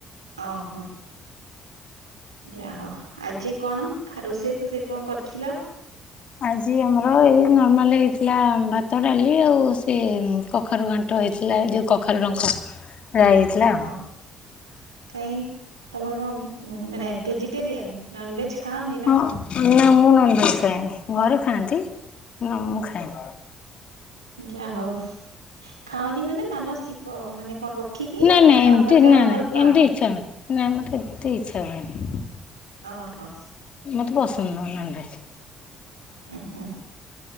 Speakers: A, on the right; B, on the left.
A: ଓ ହୋ। ଯା ହୋଉ ଆଜି କଣ ଖା ରୋଷେଇ ଫୋଷେଇ କଣ କରିଥିଲ?
B: ଆଜି ଆମର ଏଇ ନର୍ମାଲ ହେଇଥିଲା ଭାତ ଡାଲି ଆଉ ସେ କଖାରୁ ଘାଣ୍ଟ ହେଇଥିଲା ଯେଉଁ କଖାରୁ ଡଙ୍କ।
A: <inaudible>
B: ରାଇ ହେଇଥିଲା
A: ହ
B: ଆଉ।
A: <inaudible> କାଇଁ ତମର କଣ ମାନେ ଭେଜିଟେରିୟାନ୍ ନନ୍ ଭେଜ୍ ଖାଆନି ନା
B: ହଁ
A: କଣ।
B: ନା ମୁଁ ଖାଏନି ଘରେ ଖାଆନ୍ତି ନାଁ ମୁଁ ଖାଏନି।
A: ଯା ହଉ ଖାଅନି ମାନେ ମାନସିକ ମାନେ କଣ ରଖିକି
B: ନା ନା ଏମିତି
A: ନର୍ମାଲ ଜମା
B: ନା ନାଇଁ
A: ଭଲ ପାଅନି
B: ଏମିତି ଇଚ୍ଛା ହ ନା ମତେ ମତେ ଇଚ୍ଛା ହୁଏନି।
A: ଓହୋ
B: ମତେ ପସନ୍ଦ ନୁହେଁ ନନଭେଜ୍।
A: ଉଁ ହୁଁ